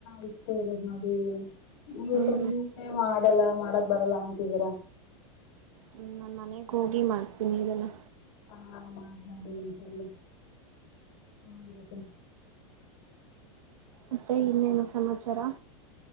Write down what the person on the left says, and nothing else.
ಅಷ್ಟೇ ಇರೋದ ನೋಡಿ ನೀವು
ಸುಮ್ಮನೆ ಮಾಡಲ್ಲ ಮಾಡ ಬರಲ್ಲ ಅಂತಿದ್ದೀರಾ
ಹಾ ಮಾಡೊಂಡಸಲ್ಲ ಹ್ಮ